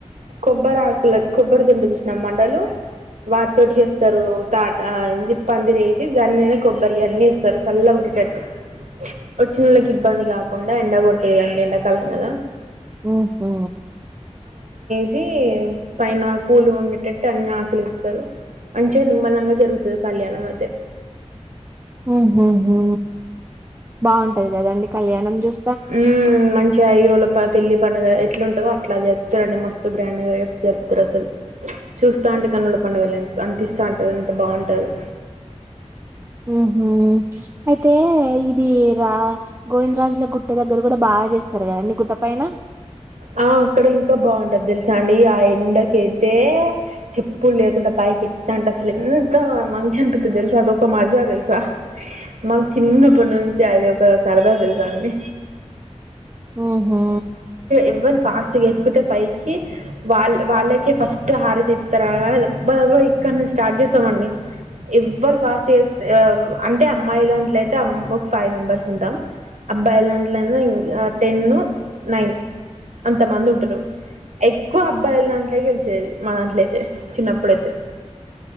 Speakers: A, on the right; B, on the right.
A: కొబ్బరి ఆకుల కొబ్బరిదుంటది చూసినా మండలు వాటితోటి చేస్తరు తాట ఆ ఏంది పందిరేసి దానిమీద కొబ్బరివన్ని ఏస్తారు చల్లగుండెటట్టు వచ్చినోళ్ళకి ఇబ్బంది కాకుండా ఎండ కొడుతది కదా అండి ఎండాకాలం కదా
B: ఉహు హు
A: సి పైన కూల్ గుండేటట్టు అన్ని ఆకులేస్తారు మంచిగా నిమ్మల అ జరుగుతుది కళ్యాణమైతే
B: ఉహు హు బాగుంటది కదండి కళ్యాణం చూస్తే
A: ఉ మంచిగా ఐదురోజుల పెళ్ళి పండగ ఎట్లుంటదో అట్లా జరూపుతరండి మస్తు గ్రాండ్ జరుపుతారు అసలు చూస్తాంటే కన్నుల పండగ లా అనిపిస్తా ఉంటంది అంత బాగుంటది
B: ఉహు అయితే ఇది రా గోవిందరాజుల గుట్ట దగ్గర కూడా బాగా బాగ చేస్తారు కదండి గుట్ట పైన
A: ఆ అక్కడ ఇంకా బాగుంటది తెలుసా అండి ఆ ఎండకైతే చెప్పులు లేకుండా పైకి ఎక్కుతా అంటే ఎంత మంచిగనిపిసత్తది తెలుసా అదొక మజా తెలుసా మా చిన్న చిన్నప్పటి నుంచి అది ఒక సరదా తెలుసాండి
B: ఉహు
A: ఎవరు ఫాస్ట్ గా ఎక్కుతే పైకి వాళ్ళ వాళ్ళకే ఫస్ట్ హరితిస్తారు అని దబ్బదబ్బ ఇగో ఇక్కడనుండి స్టార్ట్ చేస్తామండి ఎవ్వరు ఫాస్ట్ అంటే అమ్మాయిదాంట్లైతే అమ్మాయిలు ఒక ఫైవ్ మెంబర్స్ ఉంటాం అబ్బాయి దాంట్లోయినా ఇగా టెన్ నైన్ అంత మంది ఉంటారు ఎక్కువ అబ్బాయిల దాంట్లో గెలిచేది మా దాంట్లోయితే చిన్నప్పుడైతే